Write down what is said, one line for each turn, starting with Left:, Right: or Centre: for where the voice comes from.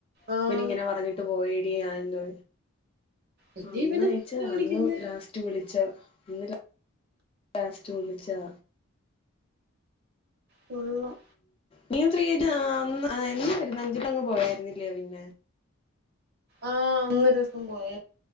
Right: ആഹ്
Left: ഇപ്പനി ഇങ്ങനെ പറഞ്ഞിട്ട് പോയടി ഞൻ എന്തോ
Right: ഇജ്ജ്
Left: അന്ന
Right: ഇവനെ എന്തിനാ
Left: അയച്ചാ
Right: കാണിക്കുന്നെ
Left: അന്ന് ലാസ്റ്റ് വിളിച്ച അന്ന് ലാസ്റ്റ് വിളിച്ചത
Right: കൊള്ളാം
Left: നീത്രീ എന്നായിരുന്നു അഞ്ചിലങ്ങ് പോയായിരുന്നില്ലോ പിന്നെ
Right: ആഹ അന്നൊരു ദിവസം പോയ